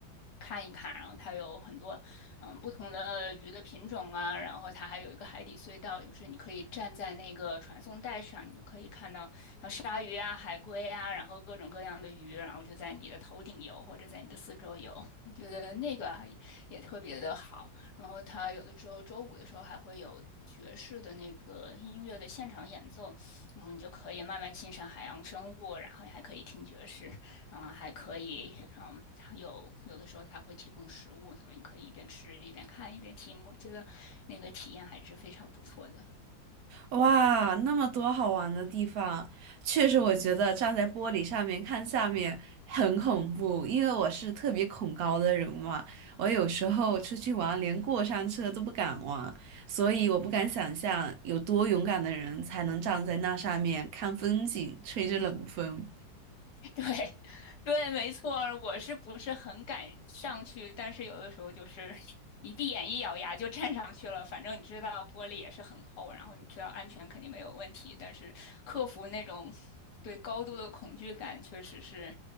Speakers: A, on the left (about 65°); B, on the right (about 65°).
A: 看一看，然后它有很多嗯不同的鱼的品种啊，然后它还有一个海底隧道，就是你可以站在那个传送带上，你就可以看到像鲨鱼啊、海龟啊，然后各种各样的鱼，然后就在你的头顶游或者在你的四周游，我觉得那个啊也特别的好。然后它有的时候周五的时候还会有爵士的那个音乐的现场演奏，然后你就可以慢慢欣赏海洋生物，然后还可以听爵士，嗯，还可以，嗯，它有有的时候它会提供食物，所以你可以一边吃一边看一边听，我觉得那个体验还是非常不错的。
B: 哇，那么多好玩的地方，确实我觉得站在玻璃上面看下面很恐怖，因为我是特别恐高的人嘛，我有时候出去玩连过山车都不敢玩，所以我不敢想象有多勇敢的人才能站在那上面看风景，吹着冷风。
A: 对，<laughs> 对，没错我是不是很敢上去？但是有的时候就是 <laughs> 一闭眼一咬牙就站上去了。反正你知道玻璃也是很厚，然后你知道安全肯定没有问题。但是克服那种对高度的恐惧感，确实是，